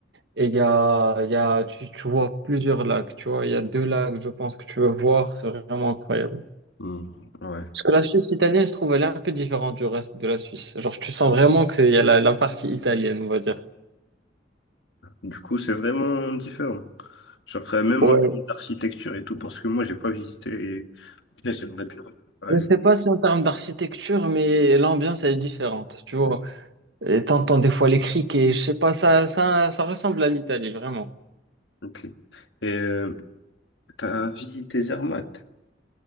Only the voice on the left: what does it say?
Hmm, ouais.
Du coup, c'est vraiment différent. Genre, euh, même
en termes d'architecture et tout, parce que moi, j'ai pas visité et là, j'aimerais bien aller.
Ok. Et euh, t'as visité Zermatt?